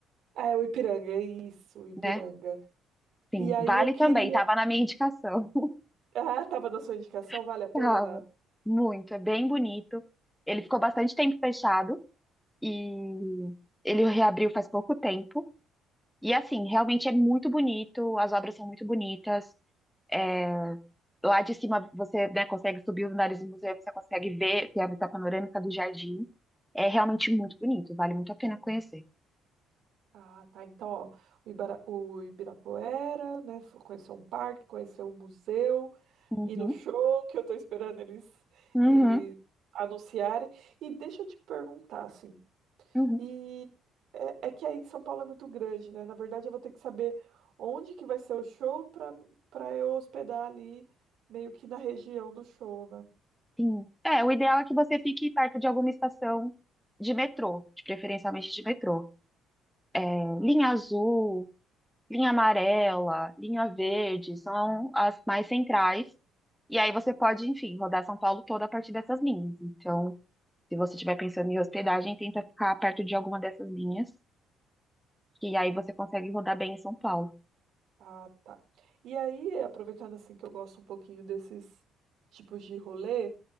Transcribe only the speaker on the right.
Ah, é o Ipiranga, é isso, o Ipiranga.
E aí
eu queria.
Ah, tava na sua indicação,
vale a pena?
Ah, tá. Então, ó, o Ibara- o Ibirapuera, né? f- Conhecer um parque, conhecer um museu,
ir no show, que eu tô esperando eles,
eles anunciarem. E deixa eu te perguntar, assim,
e é, é que aí em São Paulo é muito grande, né? Na verdade, eu vou ter que saber onde que vai ser o show para para eu hospedar ali, meio que na região do show, né?
Ah,
ah, tá. E aí, aproveitando assim que eu gosto um pouquinho desses tipos de rolê,